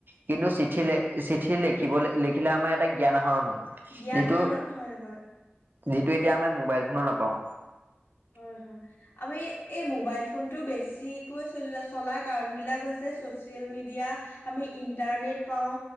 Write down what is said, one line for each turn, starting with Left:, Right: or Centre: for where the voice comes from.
Right: কিন্তু চিঠি লে চিঠি লিখিবলে লিখিলে আমাৰ এটা জ্ঞান আহৰণ হয়।
Left: জ্ঞান
Right: যিটো
Left: আহৰণ হয়-হয়।
Right: যিটো এতিয়া আমি মোবাইল ফোনো নাপাওঁ।
Left: হয়-হয়। আমি এই মোবাইল ফোনটো বেছিকৈ চলি চলাৰ কাৰণবিলাক হৈছে ছ'চিয়েল মিডিয়া। আমি ইণ্টাৰনেট পাওঁ,